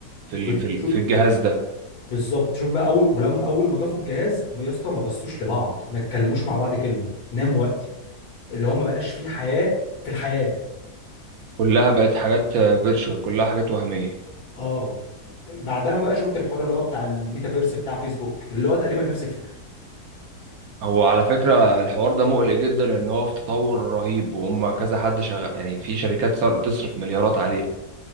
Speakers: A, on the right; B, on the left.
A: في ال...
B: وتشوف
A: في ال... في الجهاز ده
B: بالظبط شوف بقى اول ولما اول ما ضافوا الجهاز ما- يا اسطى ما بصوش لبعض ما اتكلموش مع بعض كلمه ناموا وقتي اللي هو ما بقاش فيه حياه في الحياه
A: كلها بقت حاجات فيرتشوال كلها حاجات وهمية
B: اه بعدها بقى شفت الحوار اللي هو بتاع الميتافيرس بتاع فيسبوك اللي هو تقريبا نفس الفكره
A: هو على فكرة الحوار ده مقلق جدا لأن هو في تطور رهيب وهم كذا حد شغال يعني في شركات صار بتصرف مليارات عليه